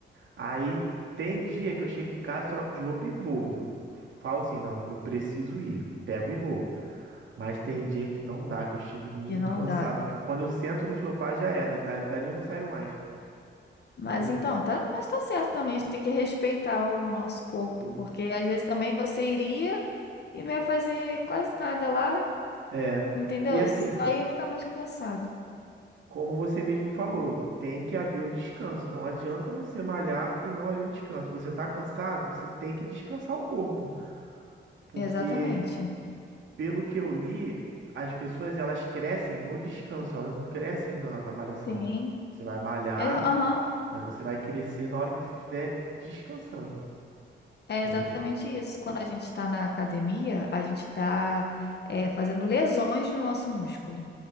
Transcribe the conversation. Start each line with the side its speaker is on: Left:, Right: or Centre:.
Right: Aí tem dia que eu chego em casa, troco de roupa e vou. Eu falo assim, não, eu preciso ir. Pego e vou. Mas tem dia que não dá, que eu chego muito
Left: Que não
Right: cansado,
Left: dá.
Right: que quando eu sento no sofá já era. Da- Dali eu não saio mais,
Left: Mas
Right: entendeu?
Left: então, tá, mas tá certo também, a gente tem que respeitar o nosso corpo,
Right: O-
Left: porque às vezes também você iria e não ia fazer quase nada lá,
Right: É.
Left: entendeu?
Right: E assim,
Left: Só ia ficar mais cansado.
Right: Como você mesmo falou, tem que haver o descanso. Não adianta você malhar e não haver o descanso. Você está cansado, você tem que descansar o corpo, porque
Left: Exatamente.
Right: pelo que eu li, as pessoas elas crescem no descanso, elas não crescem na, na malhação.
Left: Sim.
Right: Você vai malhar,
Left: É, aham,
Right: mas você vai crescer na hora que você estiver descansando,
Left: é
Right: entendeu?
Left: exatamente isso. Quando a gente está na academia, a gente está fazendo lesões no nosso músculo.